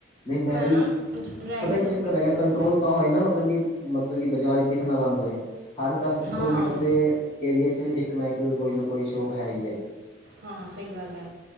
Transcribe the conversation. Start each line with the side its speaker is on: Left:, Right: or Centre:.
Left: ਨਹੀਂ ਮੈਂ ਵੀ,
Right: ਨਾ ਜ- ਰਹਿ
Left: ਪਤਾ
Right: ਹੀ ਨਹੀਂ
Left: ਕੀ
Right: ਸਕਦੀ
Left: ਚੱਕਰ
Right: ਹੂੰ
Left: ਹੈਗਾ, ਕਂਟਰੋਲ ਤਾਂ ਹੋਏਗਾ, ਮਤਲਬ ਕਿ ਮਤਲਬ ਕਿ, ਬਾਜ਼ਾਰ ਹੀ ਦਿਖਣਾ ਬੰਦ ਹੋ ਜੇ, ਹਰ ਦਸ,
Right: ਹਾਂ
Left: ਸੌ ਮੀਟਰ ਦੇ ਏਰੀਏ ਚ ਇੱਕ ਨਾ ਇੱਕ ਕੋਈ ਨਾ ਕੋਈ ਸ਼ੋਪ ਹੈ ਹੀ ਐ,
Right: ਹਾਂ ਸਹੀ ਗੱਲ ਐ,